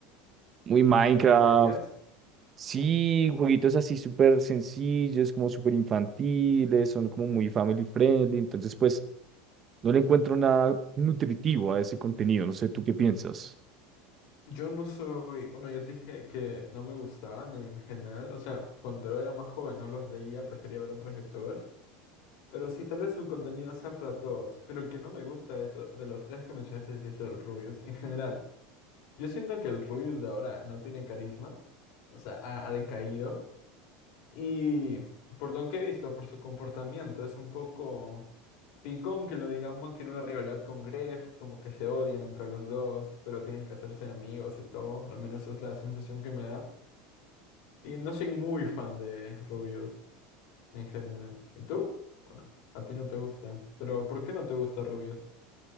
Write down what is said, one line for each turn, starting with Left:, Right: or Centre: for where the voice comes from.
Right: muy Minecraft,
Left: infantil, dirías.
Right: Sí, jueguitos así súper sencillos, como súper infantiles, son como muy family friendly, entonces pues no le encuentro nada nutritivo a ese contenido, no sé, ¿tú qué piensas?
Left: Yo no soy, bueno, yo te dije que no me gustaban en general, o sea, cuando era más joven no los veía, prefería ver otros youtubers. Pero sí, tal vez su contenido sea para todos, pero el que no me gusta de eso, de los tres que mencionaste, sí es el Rubius en general. Yo siento que el Rubius de ahora no tiene carisma, o sea, ha, ha decaído, y por lo que he visto, por su comportamiento, es un poco picón que lo digamos, tiene una rivalidad con Gref, como que se odian entre los dos, pero tienen que hacerse amigos y todo, al menos esa es la sensación que me da. Y no soy muy fan de Rubius en general. ¿Y tú? Bueno, a ti no te gusta, pero ¿por qué no te gusta rubios?